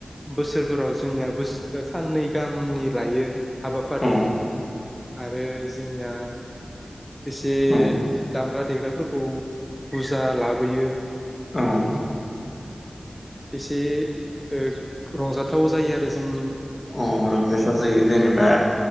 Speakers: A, in the centre; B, on the left (about 35°).
A: बोसोरफोराव जोंनिया बोस ओ साननै गाहामनि लायो। हाबाफारि
B: औ
A: आरो जोंनिया एसे
B: औ
A: दाम दामग्रा देग्राफोरखौ। बुजा लाबोयो।
B: औ।
A: एसे ओ रंजाथाव जायो आरो जों
B: औ रंजासार जायो जेनेबा